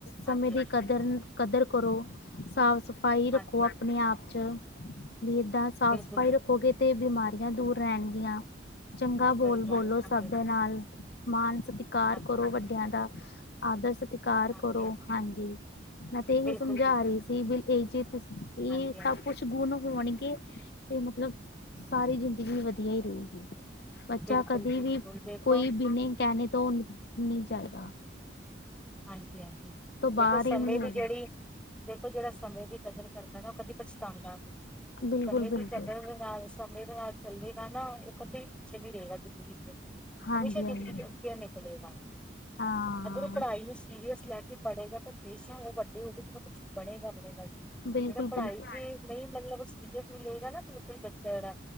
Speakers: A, on the left; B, in the centre.
A: ਸਮੇ
B: ਹਾਂਜੀ-ਹਾਂਜੀ,
A: ਦੀ ਕਦਰ- ਕਦਰ ਕਰੋ ਸਾਫ਼ -ਸਫ ਸਫਾਈ ਰੱਖੋ
B: ਹਾਂਜੀ-ਹਾਂਜੀ।
A: ਆਪਣੇ ਆਪ ਚ ਵੀ ਏਦਾਂ ਸਾਫ਼
B: ਬਿਲਕੁਲ-ਬਿਲਕੁਲ
A: ਸਫ਼ਾਈ ਰੱਖੋਗੇ
B: ਜੀ,
A: ਤੇ ਬਿਮਾਰੀ ਦੂਰ ਰਹਿਣਗੀਆਂ ਚੰਗਾ
B: ਸਹੀ
A: ਬੋਲ
B: ਗੱਲ
A: ਬੋਲੋ
B: ਹੈ
A: ਸਭ
B: ਸਮਝ
A: ਦੇ
B: ਗਈ,
A: ਨਾਲ ਮਾਨ ਸਤਿਕਾਰ
B: ਹਾਂਜੀ-ਹਾਂਜੀ,
A: ਕਰੋ। ਵੱਡਿਆਂ ਦਾ ਆਦਰ ਸਤਿਕਾਰ
B: ਹਾਂਜੀ-ਹਾਂਜੀ।
A: ਕਰੋ। ਹਾਂਜੀ ਮੈਂ ਤੇ ਇਹੀ
B: ਬਿਲਕੁਲ-ਬਿਲਕੁਲ
A: ਸਮਝਾ ਰਹੀ
B: ਜੀ,
A: ਸੀ। ਬਈ ਜੀ ਇਹ
B: ਹਾਂਜੀ-ਹਾਂਜੀ,
A: ਸਭ ਕੁਛ ਗੁਣ ਹੋਣਗੇ। ਤੇ ਮਤਲਬ ਸਾਰੀ ਜ਼ਿੰਦਗੀ ਵਧੀਆ ਹੀ ਰਹੇਗੀ। ਬੱਚਾ
B: ਬਿਲਕੁਲ
A: ਕਦੇ
B: ਜੀ
A: ਵੀ
B: ਬਿਲਕੁਲ ਦੇਖੋ
A: ਕੋਈ ਬਿਨੇ ਕਹਿਣੇ ਤੋਂ ਨਹੀਂ ਜਾਵੇਗਾ।
B: ਹਾਂਜੀ ਹਾਂਜੀ ਦੇਖੋ।
A: ਬਾਹਰ
B: ਸਮੇ
A: ਹੀ ਨਹੀਂ
B: ਦੀ
A: ਹੋਏਗਾ
B: ਜਿਹੜੀ ਦੇਖੋ ਜਿਹੜਾ ਸਮੇਂ ਦੀ ਕਦਰ ਕਰਦਾ ਨਾ ਉਹ ਕਦੇ ਪਛਤਾਉਂਦਾ ਨਹੀਂ।
A: ਬਿਲਕੁਲ
B: ਸਮੇਂ
A: ਬਿਲਕੁਲ
B: ਦੀ ਕਦਰ ਨਾਲ ਸਮੇਂ ਦੇ ਨਾਲ ਚੱਲੇਗਾ ਨਾ ਇਹ ਕਦੇ ਪਿੱਛੇ ਨੀ ਰਹੇਗਾ ਜ਼ਿੰਦਗੀ ਚ ਦੇਖੋ।
A: ਹਾਂਜੀ
B: ਹਮੇਸ਼ਾ ਜ਼ਿੰਦਗੀ
A: ਹਾਂਜੀ
B: ਚ ਅੱਗੇ ਨਿਕਲੇ ਗਾ
A: ਹਾਂ
B: ਅਗਰ ਪੜ੍ਹਾਈ ਨੂੰ ਸੀਰੀਅਸ ਲੈ ਕੇ ਪੜੇਗਾ। ਹਮੇਸ਼ਾ ਉਹ ਵੱਡੇ ਹੋ ਕੇ ਕੁਛ ਬਣੇਗਾ- ਬਣੇਗਾ। ਜਿਹੜਾ
A: ਬਿਲਕੁਲ
B: ਪੜ੍ਹਾਈ
A: ਬਿਲਕੁਲ
B: ਚ ਨਹੀਂ ਮਤਲਬ ਉਹ ਸੀਰੀਅਸ ਨਹੀਂ ਲੈਗਾ ਨਾ ਬਿਲਕੁਲ ਬੱਚਿਆ ਦਾ